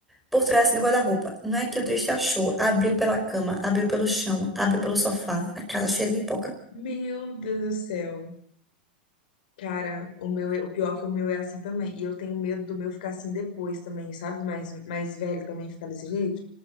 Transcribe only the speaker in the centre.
por trás assim, do guarda-roupa. Não é que o triste achou. Abriu pela cama, abriu pelo chão, abriu pelo sofá, a casa cheia de pipoca.